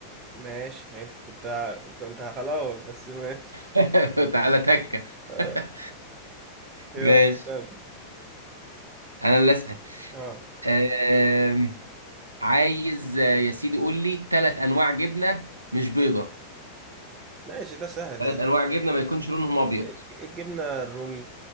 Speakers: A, on the right; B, on the right.
A: ماشي حلو كنت ه- كنت هخلاص بس ماشي
B: <laughs> تعالى تكة
A: آه.
B: <laughs>
A: يلا
B: ماشي
A: استنى
B: انا اللي اسال
A: اه
B: أم... عايز آه، يا سيدي قول لي ثلاث انواع جبنه مش بيضه
A: ماشي ده سهل
B: ثلاث انواع جبنه ما يكونش لونهم ابيض
A: الج- الجبنة الرومي